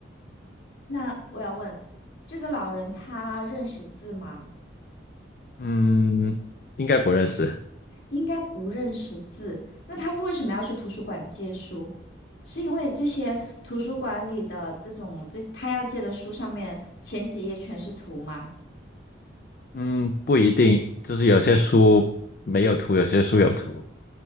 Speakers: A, on the left; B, on the left.
A: 那我要问，这个老人他认识字吗？
B: 嗯，应该不认识。
A: 应该不认识字，那他为什么要去图书馆借书？是因为这些图书馆里的这种，这他要借的书上面前几页全是图吗？
B: 嗯，不一定，就是有些书没有图，有些书有图。